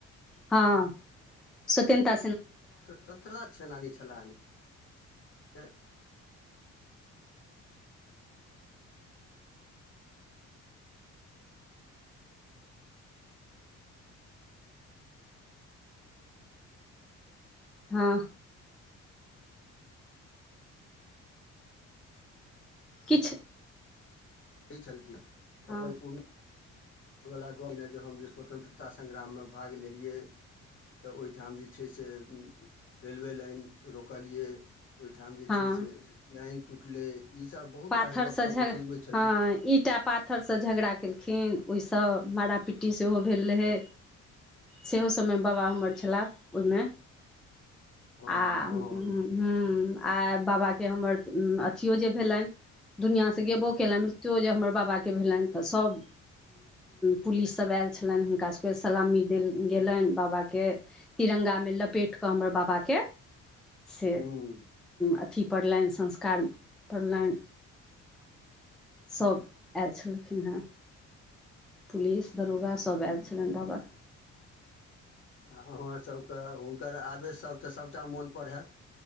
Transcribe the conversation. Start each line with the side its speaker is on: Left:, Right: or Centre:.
Centre: हँ स्वतन्ता
Left: स्वतन्त्रता सेनानी छलै है
Centre: हँ किछु
Left: कहै छलखिन
Centre: हँ
Left: अपन पूर्ण एहिवला गप ने जे हम जे स्वतन्त्रता संग्राम में भाग लेलियै। तऽ ओहिठाम जे छैय से रेलवे लाइन रोकलियै ओहिठाम जे
Centre: हँ
Left: छैय से लाइन टूटलै। ईसभ बहुत
Centre: पाथरसँ
Left: रास गपशप
Centre: झगड़
Left: ओ सुनबै छलखिन
Centre: हँ ईटा पाथरसँ झगड़ा केलखिन ओहिसँ तऽ माड़ा पिटी सेहो भेल लहै सेहो सब में बाबा हमर छला ओहिमे
Left: हँ
Centre: आ
Left: हँ
Centre: ह ह्म आ बाबाके हमर अथियो जे भेलनि दुनिआँ सँ गेबो केलनि मृत्यु जे हमर बाबाके भेलनि तऽ सभ पुलिस सब आयल छलनि हुनका सबके सलामी देल गेलनि बाबा के तिरंगा मे लपेट कऽ हमर बाबा के
Left: <inaudible>
Centre: से
Left: हूँ
Centre: अथि पड़लनि संस्कार पड़लनि सभ आयल छलखिन हेँ पुलिस दरोगा
Left: आ
Centre: सब आयल छलै बाबा
Left: आ अहाँसभके हुनकर आवेशसभ तऽ सभटा मोनपर हैत